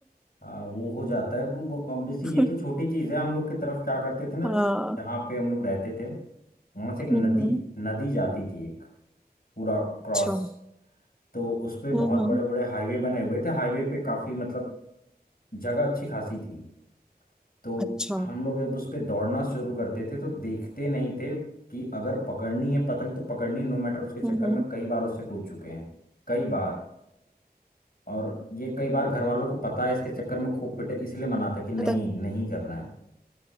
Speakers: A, on the left; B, in the centre.
A: हाँ वो हो जाता है वो- वो- obviously ये तो
B: <laughs>
A: छोटी चीज़ है हम लोग की तरफ क्या करते थे ना
B: हाँ
A: जहाँ पे हम लोग रहते थे वहां से एक नदी
B: हम्म
A: नदी जाती थी एक पूरा
B: अच्छा
A: क्रॉस तो उस पे
B: हम्म
A: बहुत
B: हम्म,
A: बड़े बड़े हाईवे बने हुए थे हाईवे पे काफी मतलब जगह अच्छी खासी थी तो
B: अच्छा
A: हम लोग जब उस पे दौड़ना शुरू करते थे तो देखते नहीं थे कि अगर पकड़नी है पतंग तो पकड़नी नो मैटर उसके चक्कर
B: हम्म हम्म
A: में कई बार उससे कूद चुके हैं कई बार और ये कई बार घर वालों को पता है इसके चक्कर में खूब पिटे इसलिए मना था कि नहीं
B: पतंग
A: नहीं करना है